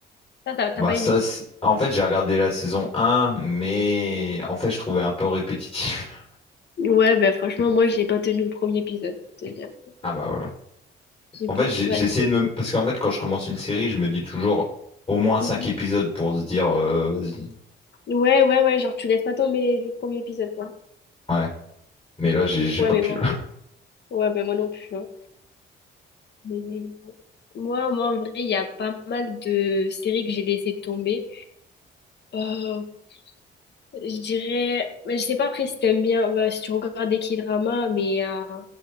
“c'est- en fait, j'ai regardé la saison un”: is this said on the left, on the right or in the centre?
Left